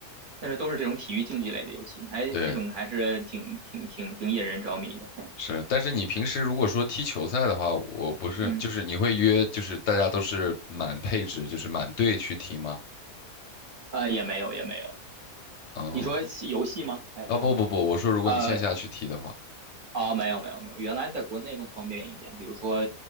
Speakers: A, on the right; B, on the left.
A: 但是都是这种体育竞技类的游戏，还这种还是挺挺挺挺引人着迷的，
B: 对，是，但是你平时如果说踢球赛的话，我不是就是你会约就是大家都是满配置，
A: 嗯
B: 就是满队去踢吗？
A: 啊也没有也没有，
B: 哦，
A: 你说游戏吗还是什么？
B: 啊不不不，我说如果你线下去踢的话，
A: 呃，哦，没有没有没有，原来在国内更方便一点，比如说